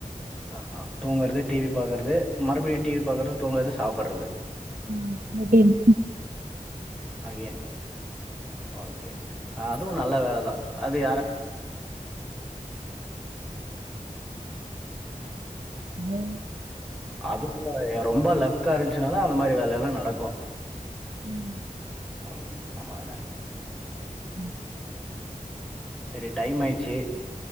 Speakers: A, in the centre; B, on the right (about 80°).
A: ஆ ஆ தூங்குறது டிவி பாக்குறது மறுபடியு டிவி பாக்குறது தூங்குறது சாப்டுறது
B: ஆ ரொட்டின்
A: அகேன் ஓகே அதுவு நல்ல வேலதா அது யாராலு
B: உம்
A: அதுவா ஏறல ரொம்ப லக்கா இருந்துச்சுனாதா அந்த மாரி வேலஎல்லா நடக்கு
B: உம்
A: ம் ஆமா தானே
B: உம்
A: சரி டைம் ஆயிடுச்சு